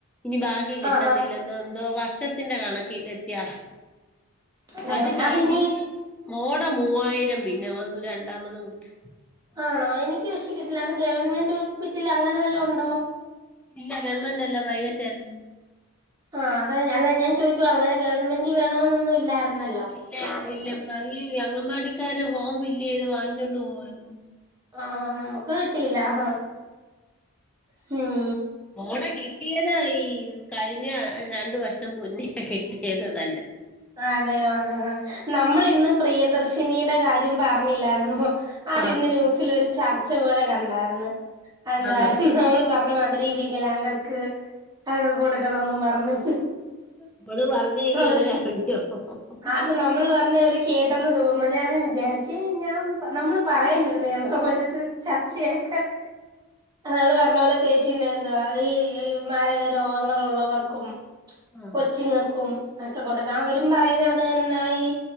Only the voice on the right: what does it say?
ആഹ് ആഹ്
അതെ
അതിനി
ആണോ എനിക്ക് പക്ഷേ കിട്ടില്ല അത് ഗവൺമെന്റ് ഹോസ്പിറ്റലിലെ അങ്ങനെ വല്ലോ ഉണ്ടോ
ആഹ് അതാ അല്ല ഞാൻ ചോദിക്കുവ അങ്ങനെ ഗവൺമെന്റ് വേണോന്നൊന്നും ഇല്ലായിരുന്നല്ലോ
ആഹ് നമ്മക്ക് കിട്ടിയില്ലഹ ഹും
അതെയോ നമ്മൾ ഇന്ന് പ്രിയദർശിനിയുടെ കാര്യം പറഞ്ഞില്ലായിരുന്നോ അത്
ഇന്ന് ന്യൂസിൽഒരു ചർച്ച പോലെ കണ്ടാരുന്നു എന്തായിന്നു
പർഞ്ഞമാതിരി ഇ വികലാംഗർക്ക് അവക്ക് കൊടുക്കണോന്ന് പറഞ്ഞ്
അവരും
അത് നമ്മൾ പറഞ്ഞ അവര് കേട്ടെന്ന് തോന്നു ഞാനും വിചാരിച്ച് ഞാൻ പർ നമ്മള് പറയാനിരുന്നയണോ അവര്ത് ചർച്ചയാക്കാൻ നമ്മള് പറഞ്ഞ പോലെ പേഷ്യന്റ് എന്തായി ഈ മാരക രോഗങ്ങളൾ ഉള്ളവർക്കും
കൊച്ചിങ്ങക്കും ഒക്കെ കൊട്ക്ക അവരും പറയുന്നത് തന്നെ ഈ